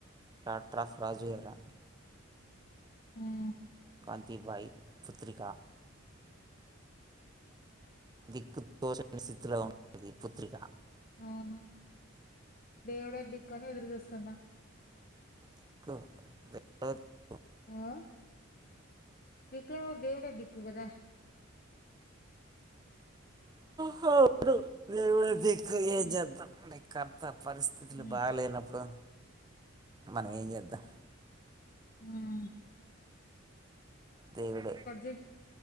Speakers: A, on the right (about 20°); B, on the left (about 45°).
A: డట్రాఫ రాజువరా
B: ఉమ్
A: కాంతీభాయ్ పుత్రిక దిక్కు తోచని స్థితిలో ఉంటది పుత్రిక
B: అవును దేవుడే దిక్కని ఎదురుచస్తున్నా
A: దిక్కు దేవుడే దిక్కు
B: ఆ ధికులే ను ధేవుడే దికు కదా
A: హువు అవును దేవుడే దిక్కు ఏం
B: ఉం,
A: చేద్దాం నీ కర్తా పరిస్థితులు
B: ఉం,
A: బాలేనప్పుడు మనం ఏం చేద్దాం
B: ఉమ్
A: దేవుడే
B: చేయి